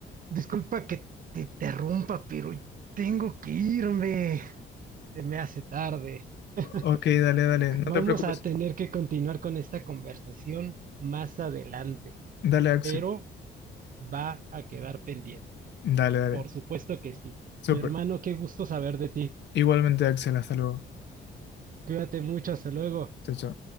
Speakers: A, on the right; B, on the left.
A: disculpa que te interrumpa, pero tengo que irme. Se me hace tarde. <laughs>
B: Ok, dale, dale. No
A: Vamos
B: te preocupes.
A: a tener que continuar con esta conversación más adelante,
B: Dale, Axel.
A: pero va a quedar pendiente.
B: Dale, dale.
A: Por supuesto que sí.
B: Súper.
A: Mi hermano, qué gusto saber de ti.
B: Igualmente, Axel. Hasta luego.
A: Cuídate mucho. Hasta luego.
B: Chao, chao.